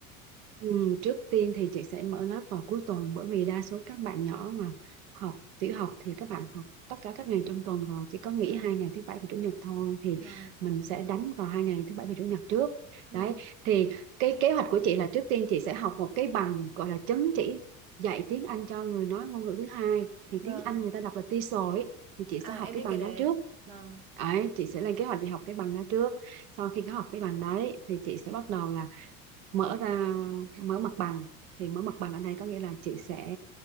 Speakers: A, on the right; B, on the right.
A: Ừ, trước tiên thì chị sẽ mở lớp vào cuối tuần bởi vì đa số các bạn nhỏ mà học tiểu học thì các bạn học tất cả các ngày trong tuần rồi chỉ có nghỉ
B: Vâng,
A: hai ngày thứ bảy và chủ nhật thôi thì
B: vâng,
A: mình sẽ đánh vào hai ngày thứ bảy và chủ nhật trước
B: ừ,
A: đấy thì cái kế hoạch của chị là trước tiên chị sẽ học một cái bằng gọi là chứng chỉ dạy tiếng Anh cho người nói ngôn ngữ thứ hai thì
B: vâng.
A: tiếng Anh người ta đọc là TESOL ấy. thì chị
B: À
A: sẽ học
B: em
A: cái
B: biết
A: bằng
B: cái đấy.
A: đó trước
B: Vâng.
A: Đấy, chị sẽ lên kế hoạch đi học cái bằng đó trước. Sau khi có học cái bằng đấy thì chị sẽ bắt đầu là mở ra mở mặt bằng thì mở mặt bằng ở đây có nghĩa là chị sẽ